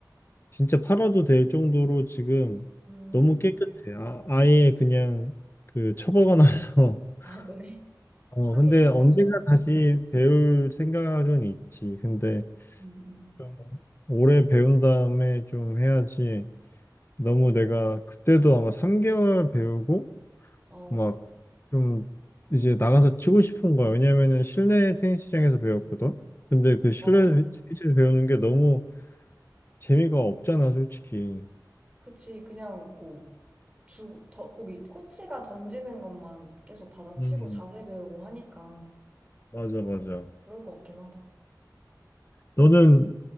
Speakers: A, on the left; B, on the right.
A: 진짜 팔아도 될 정도로 지금
B: 음,
A: 너무 깨끗해. 아, 아예 그냥 그 처박아 놔서. <laughs>
B: 아, 그래?
A: 어,
B: 하긴,
A: 근데 언젠가
B: 맞아.
A: 다시 배울 생각은 있지. 근데
B: 음, 음.
A: 좀 오래 배운 다음에 좀 해야지. 너무 내가 그때도 아마 3개월 배우고
B: 어,
A: 막 좀 이제 나가서 치고 싶은 거야. 왜냐면은 실내 테니스장에서 배웠거든. 근데 그 실내
B: 어,
A: 테니스에서 배우는 게 너무 재미가 없잖아, 솔직히.
B: 그치. 그냥 뭐, 주, 더, 거기, 코치가 던지는 것만 계속 받아치고
A: 음,
B: 자세 배우고 하니까
A: 맞아, 맞아.
B: 그럴 것 같긴 하다.
A: 너는